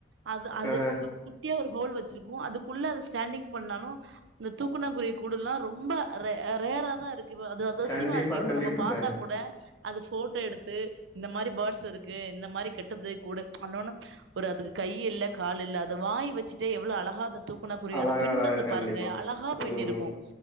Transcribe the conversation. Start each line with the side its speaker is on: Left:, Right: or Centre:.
Right: அது அது
Left: அ
Right: கு குட்டிய ஒரு ஹோல் வெச் இருக்கும். அதுக்குள்ள அத ஸ்டாண்டிங் பண்ணாலும் அ தூக்கணாங்குருவி கூடெல்லாம் ரொம்ப ரேரா தான் இருக்கு அது அதிசயமா
Left: கண்டிப்பா
Right: இருக்கு இப்ப
Left: கண்டிப்பாங்க
Right: நம்ம பாத்தா கூட அது ஃபோட்டோ எடுத்து இந்த மாறி பேர்ட்ஸ் இருக்கு. இந்த மாறி கெட்டது கூடு ஒன்னொன்னு ஒரு அதுக்கு கை இல்ல கால் இல்ல. அது வாய் வெச்சுட்டே எவ்ளோ அழகா அது தூக்கணாங்குருவி
Left: அழகா
Right: அது பின்றத
Left: அழகா கண்டிப்பா
Right: பாருங்க அழகா பின்னிருக்கும்.
Left: ம்